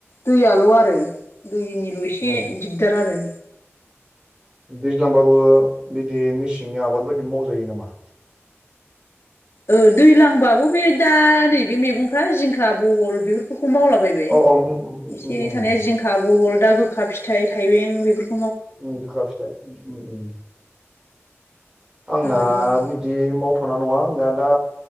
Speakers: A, on the left; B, on the right.
A: दैयाल' आरो दैनिल' एसे
B: उम
A: दिगदार आरो।
B: दैज्लांबाबो बिदि मेसेंनि आबाद बायदि मावजायो नामा?
A: ओ दैलांबाबो बे दा नैबे मेगंफ्रा जिंखा, बहल बेफोरखौ मावलाबाय बे
B: अ अ
A: एसे एनै
B: उम
A: थानाय जिंखा, बहल दा गोखा फिथाइ थाइबें बेफोर
B: उम गोखा फिथाइ उम उम उम आंना
A: आबाद मावो
B: बिदि मावथ'ना नङा आंना दा